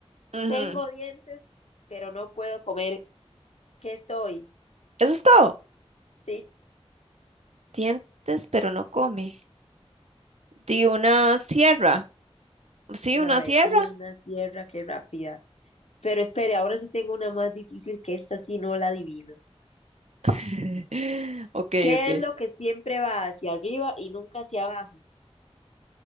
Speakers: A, on the right; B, on the left.
A: Ujú.
B: Tengo dientes, pero no puedo comer. ¿Qué soy?
A: Eso es todo.
B: Sí,
A: Dientes, pero no come. Di una sierra. Sí,
B: mae,
A: una sierra.
B: tío, una sierra, qué rápida. Pero espere, ahora sí tengo una más difícil que esta, sí no la adivino.
A: <laughs> Ok,
B: ¿Qué
A: ok.
B: es lo que siempre va hacia arriba y nunca hacia abajo?